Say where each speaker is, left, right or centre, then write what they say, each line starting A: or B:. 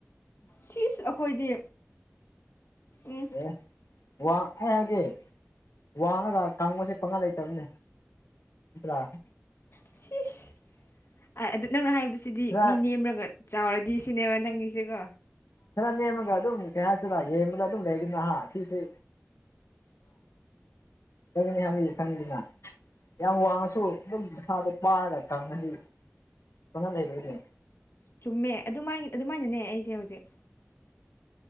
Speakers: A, on the left; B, on the left.
A: ꯁꯤꯁ ꯑꯩꯈꯣꯏꯗꯤ ꯎꯝ
B: ꯑꯦ ꯋꯥ ꯑꯩ ꯍꯥꯏꯒꯦ ꯋꯥꯅꯒ ꯀꯥꯡꯕꯁꯦ ꯄꯪꯉꯥ ꯂꯩꯇꯕꯅꯦ ꯅꯠꯇ꯭ꯔꯥ
A: ꯁꯤꯁ ꯑꯗꯨ ꯅꯪꯅ ꯍꯥꯏꯕꯁꯤꯗꯤ
B: ꯈꯔ
A: ꯃꯤ ꯅꯦꯝꯔꯒ ꯆꯥꯎꯔꯗꯤ ꯁꯤꯅꯦꯕ ꯅꯪꯒꯤꯁꯤꯀꯣ꯫
B: ꯈꯔ ꯅꯦꯝꯃꯒ ꯑꯗꯨꯝ ꯀꯩ ꯍꯥꯏꯁꯤꯔ ꯌꯦꯡꯕꯗ ꯑꯗꯨꯝ ꯂꯩꯗꯨꯅ ꯑꯍꯥ ꯁꯤꯁꯦ꯫ ꯑꯅꯤ ꯍꯥꯏ ꯐꯪꯅ ꯌꯥꯝ ꯋꯥꯡꯉꯁꯨ ꯑꯗꯨꯝ ꯃꯁꯥꯗꯣ ꯄꯥꯔꯒ ꯀꯪꯉꯗꯤ ꯄꯥꯡꯒꯜ ꯂꯩꯔꯦꯏꯅꯤ
A: ꯆꯨꯝꯃꯦ ꯑꯗꯨꯃꯥꯏ ꯑꯗꯨꯃꯥꯏꯅꯅꯦ ꯑꯩꯁꯦ ꯍꯧꯖꯤꯛ